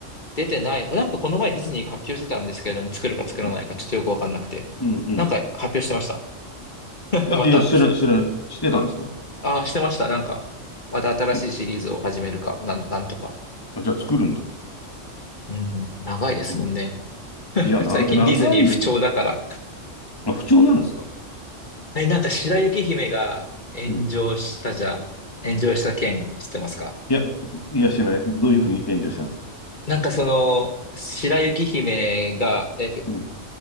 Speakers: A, on the left; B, on the left.
A: 出てない。なんかこの前ディズニーが発表してたんですけれども、作るか作らないかちょっとよくわかんなくて。
B: うん、うん。うん
A: なんか発表してました。<laughs>
B: いや、
A: また。
B: いや、知らない、知らない、してたんですか
A: ああ、してました。なんか、また新しいシリーズを始めるか、
B: うん
A: なん、なんとか。
B: あ、じゃあ作るんだ。
A: うん、長いですもんね。
B: うん。
A: <laughs>
B: いや、な、
A: 最近ディズニー不調だから。
B: 長い、あ、不調なんですか
A: え、なんか白雪姫が炎上したじゃ、
B: うん。
A: 炎上した件知ってますか
B: いや、いや、知らない。どういうふうに炎上したんですか
A: なんかその、白雪姫が、え、
B: うん。